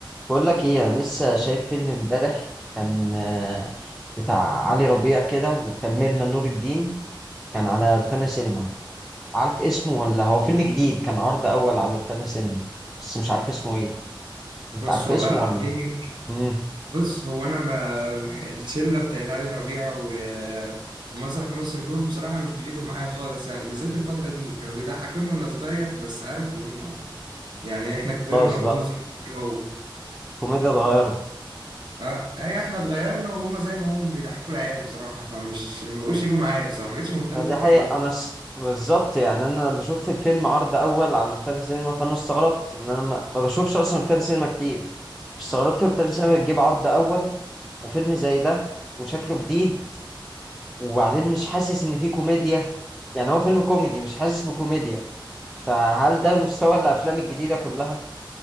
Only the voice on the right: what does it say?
بص
والله
العظيم
بص هو انا ب- الشله بتاعت علي ربيع و... ومسرح مصر دول بصراحه مش بيجوا معايا خالص يعني بالذات الفتره دي كانوا بيضحكوني وانا صغير بس عارف اللي هم يعني احنا كبرنا
وهم
صغيرين كده اهو
اه ايوه احنا اتغيرنا وهم زي ما هم بيضحكوا العيال بصراحه فمش ما بقوش يجوا معايا بصراحه ما بقتش مهتم
بافلامهم